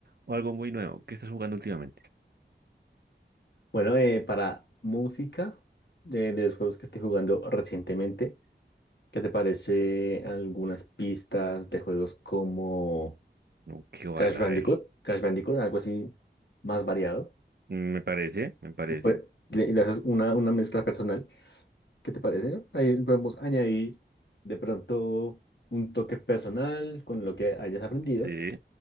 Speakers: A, on the right; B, on the left.
A: o algo muy nuevo. ¿Qué estás jugando últimamente?
B: Bueno, eh, para música de, de los juegos que estoy jugando recientemente. ¿Qué te parece algunas pistas de juegos como
A: No, qué vale,
B: Crash Bandicoot?
A: a ver.
B: Crash Bandicoot, algo así más variado.
A: Mm, Me parece, me parece.
B: Después le le haces una, una mezcla personal. ¿Qué te parece, no? Ahí podemos añadir de pronto un toque personal con lo que hayas aprendido
A: Sí,